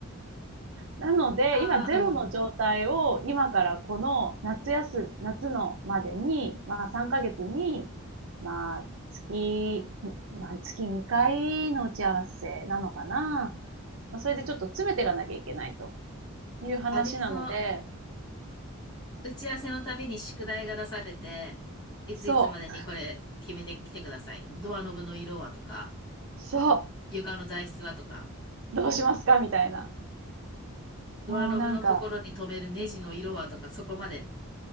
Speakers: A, on the right; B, on the left.
A: なので、
B: ああ、
A: 今ゼロの状態を、
B: うん。
A: 今からこの夏休、夏のまでに、まあ3ヶ月に、まあ月、まあ月2回の打ち合わせなのかな。まあそれでちょっと詰めていかなきゃいけないという話なので、
B: あ、で、その、打ち合わせのたびに宿題が出されて、いついつまでにこれ決めてきてください。
A: そう、
B: ドアノブの色はとか、
A: そう、
B: 床の材質はとか、
A: どうしますかみたいな。
B: ドアノブのところに留めるネジの色はとか、
A: もうなんか、
B: そこまで。